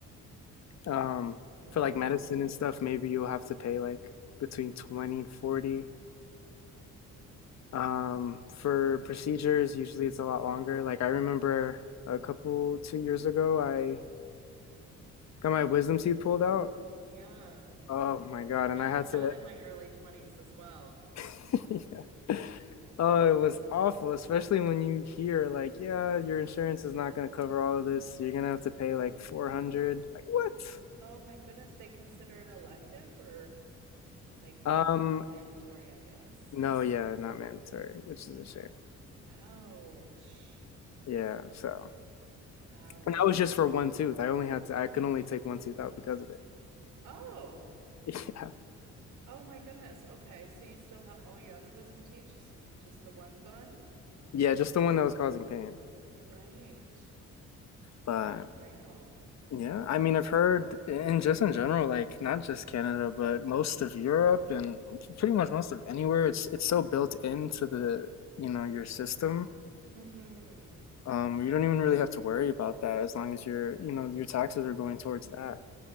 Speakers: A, on the left (about 60°); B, on the right (about 85°).
A: Um,
B: Wow.
A: for like medicine and stuff, maybe you'll have to pay like between 20 and 40. Um, for procedures, usually it's a lot longer. Like I remember a couple, two years ago, I Got my wisdom teeth pulled out.
B: Yeah.
A: Oh my God. And
B: I
A: I
B: did
A: had
B: that
A: to,
B: in my early 20s as well.
A: <laughs> yeah. Oh, it was awful, especially when you hear like, yeah, your insurance is not going to cover all of this. So you're going to have to pay like 400. Like, what?
B: Oh my goodness, they consider it elective or like
A: Um,
B: not mandatory, I guess.
A: no, yeah, not mandatory, which is a shame.
B: Ouch.
A: Yeah, so.
B: Ouch.
A: And that was just for one tooth. I only had to, I could only take one tooth out because of it.
B: Oh.
A: <laughs> Yeah.
B: Oh my goodness. Okay. So you still have all your other wisdom teeth, just just the one's gone?
A: Yeah, just the one that was causing pain.
B: Right.
A: But
B: Unreal.
A: Yeah, I mean, I've heard in just in general, like not just Canada, but most of Europe and pretty much most of anywhere, it's it's so built into the, you know, your system.
B: Mm-hmm.
A: Um, you don't even really have to worry about that as long as your, you know, your taxes are going towards that.